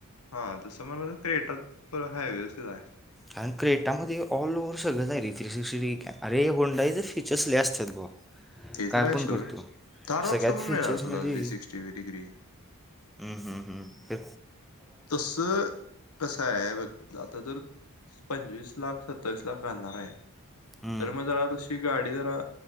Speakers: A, on the left; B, in the centre.
A: हा तसं मला क्रेट हाय व्यवस्थित हाय
B: कारण क्रेटामध्ये ऑल ओ्ह सगळंच आहे रे थ्री सिक्स्टी अरे होंडाईचे फीचर्स लले असतात गो
A: ते
B: काय
A: तर आहे
B: पण
A: सोड
B: करतो
A: थार रॉक्सला
B: सगळ्यात
A: पण
B: फीचर्समध्ये
A: मिळणार तुला थ्री सिक्स्टी डिग्री
B: हम्म हम् हम्म हे
A: तस कस आहे बघ आता जर पंचवीस लाख सत्तावीस लाख घालणार आहे
B: हम्म
A: तर मग जरा तशी गाडी जरा